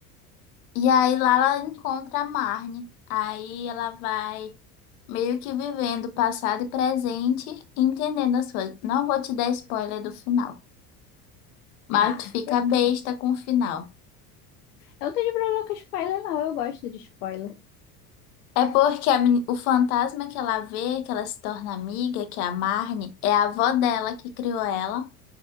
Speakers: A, on the left; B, on the left.
A: E aí lá ela encontra a Marne. Aí ela vai meio que vivendo passado e presente, entendendo as coisas. Não vou te dar spoiler do final, mas
B: Ah,
A: tu fica
B: eu,
A: besta com o final.
B: eu não tenho problema com spoiler, não. Eu gosto de spoiler.
A: É porque a meni- o fantasma que ela vê, que ela se torna amiga, que é a Marne, é a avó dela que criou ela.